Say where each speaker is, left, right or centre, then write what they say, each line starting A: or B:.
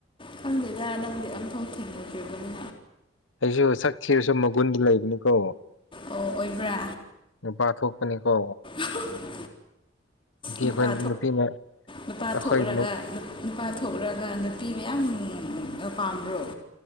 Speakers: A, on the left; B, on the left.
A: ꯈꯪꯗꯦꯗ ꯅꯪꯗꯤ ꯑꯐꯧ ꯊꯦꯡꯅꯈꯤꯕꯅꯤ
B: ꯑꯩꯁꯨ ꯁꯛꯈꯤꯕꯔꯁꯨ ꯃꯒꯨꯟꯗꯤ ꯂꯩꯕꯅꯤꯀꯣ
A: ꯑꯣ ꯑꯣꯏꯕ꯭ꯔꯥ
B: ꯅꯨꯄꯥꯊꯣꯛꯄꯅꯤ ꯀꯣ
A: <unintelligible> ꯅꯨꯄꯥ
B: ꯑꯩꯈꯣꯏ ꯅꯨꯄꯤꯅ
A: ꯅꯨꯄꯥ
B: ꯑꯩꯈꯣꯏ
A: ꯊꯣꯛꯎꯔꯒ ꯅꯨꯄꯥ ꯊꯣꯛꯂꯛꯒ ꯅꯨꯄꯤ ꯃꯌꯥꯝ ꯄꯥꯝꯕ꯭ꯔꯣ